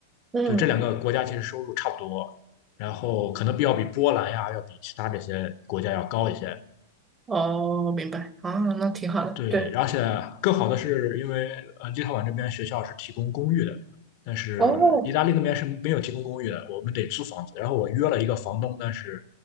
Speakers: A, on the right; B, on the left.
A: 嗯，
B: 就这两个国家其实收入差不多，然后可能比要比波兰呀，要比其他这些国家要高一些。
A: 哦，明白啊，那挺好的，
B: 对，
A: 对，
B: 而且更好的是，因为呃，立陶宛这边学校是提供公寓的，但是意大利那边是没有提供公寓的，
A: 哦
B: 我们得租房子。然后我约了一个房东，但是